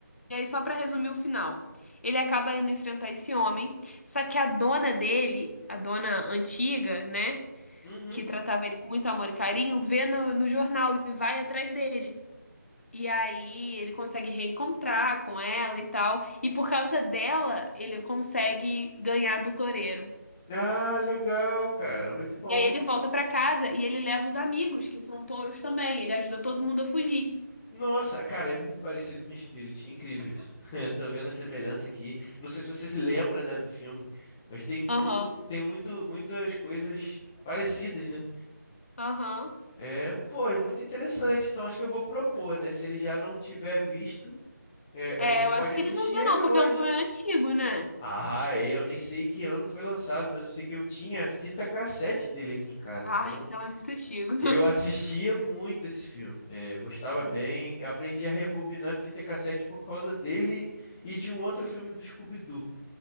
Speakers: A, on the left (about 45°); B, in the centre.
A: e aí só pra resumir o final. Ele acaba indo enfrentar esse homem, só que a dona dele, a dona antiga, né,
B: Uhum.
A: que tratava ele com muito amor e carinho, vê no, no jornal e vai atrás dele. E aí ele consegue reencontrar com ela e tal, e por causa dela, ele consegue ganhar do toureiro.
B: Ah, legal, cara. Muito bom.
A: E aí ele volta pra casa e ele leva os amigos, que são touros também, ele ajuda todo mundo a fugir.
B: Nossa, cara, é muito parecido com Spirit, incrível isso. <laughs> Tô vendo a semelhança aqui. Não sei se você se lembra, né, do filme, mas tem
A: Aham,
B: tudo, tem muito, muitas coisas parecidas, né?
A: aham.
B: É, pô, é muito interessante. Então acho que eu vou propor, né? Se ele já não tiver visto, É,
A: É,
B: a gente
A: eu
B: pode
A: acho
B: assistir
A: que ele não viu,
B: ele
A: não,
B: hoje.
A: porque é um filme antigo, né?
B: Ah, é, eu nem sei que ano foi lançado, mas eu sei que eu tinha a fita cassete dele aqui em casa.
A: Ah,
B: Então,
A: então é muito antigo.
B: eu
A: <laughs>
B: assistia muito esse filme. É, eu gostava bem, aprendi a rebobinar a fita cassete por causa dele e de um outro filme do Scooby-Doo.